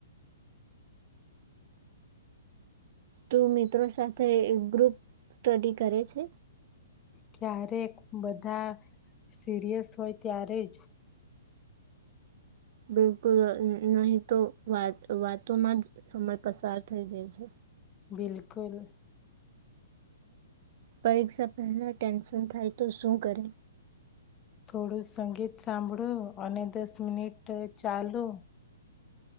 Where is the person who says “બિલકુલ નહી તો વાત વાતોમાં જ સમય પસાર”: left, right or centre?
Right